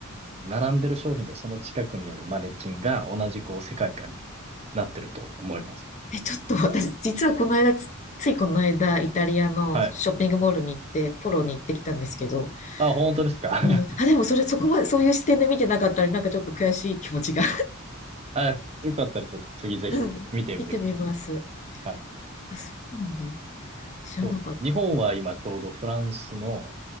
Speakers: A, on the right; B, on the left.
A: 並んでる商品とその近くにあるマネキンが同じこう世界観になってると思います。
B: え、ちょっと私、実はこの間、つついこの間、イタリアのショッピングモールに行って、
A: はい。
B: ポロに行ってきたんですけど、
A: あ、本当ですか
B: うん。あ、でもそれ、そこまで、そういう視点で見てなかったら、なんかちょっと悔しい気持ちが。
A: <laughs> はい。よかったらちょっと次ぜひ見てみてくだ
B: うん。見てみます。
A: さい。はい。
B: あ、そうなんだ。知らなかった。
A: そうです。日本は今ちょうどフランスの